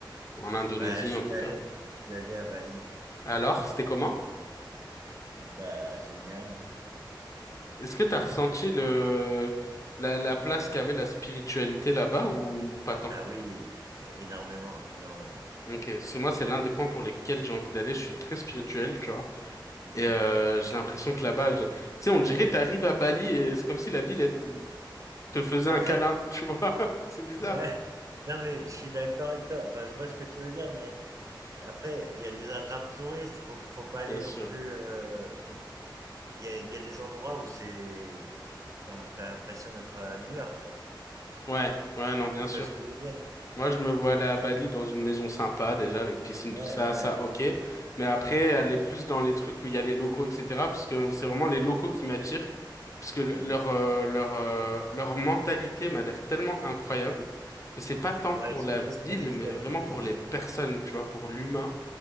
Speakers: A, on the left (about 40°); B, on the right (about 40°).
A: ou en Indonésie
B: Bah, je suis
A: en tout cas.
B: allé, je suis allé à Bali.
A: Alors, c'était comment?
B: Bah, génial. hein.
A: Est-ce que t'as ressenti le, la, la place qu'avait la spiritualité là-bas ou pas tant?
B: Ah oui, é- énormément, énormément.
A: Ok, parce que moi, c'est l'un des points pour lesquels j'ai envie d'aller, je suis très spirituel, tu vois.
B: Mhm.
A: Et euh, j'ai l'impression que là-bas, je- tu sais, on dirait t'arrives à Bali et c'est comme si la ville, elle te, te faisait
B: En
A: un
B: fait,
A: câlin, tu vois. <laughs> C'est bizarre.
B: ouais, non mais je suis d'accord avec toi. Enfin, je vois ce que tu veux dire, mais Après, il y a des attrapes touristes, faut faut pas aller
A: Bien sûr.
B: non plus, heu, faut il y a il y a des endroits où c'est enfin, tu l'impression d'être à New York, quoi.
A: Ouais, ouais, non, bien sûr.
B: Tu vois ce que je veux dire?
A: Moi, je me vois aller à Bali dans une maison sympa, déjà, avec piscine,
B: Ouais,
A: tout ça,
B: ouais.
A: ça, ok. Mais après, aller plus dans les trucs où il y a les locaux, etc. Parce que c'est vraiment les locaux qui m'attirent. Parce que le-
B: Mmh
A: leur, euh, leur, euh, leur mentalité m'a l'air tellement incroyable que c'est pas tant
B: Ouais,
A: pour
B: ils sont
A: la ville,
B: très spirituels
A: mais vraiment
B: comme tu
A: pour
B: disais.
A: les personnes, tu vois, pour l'humain.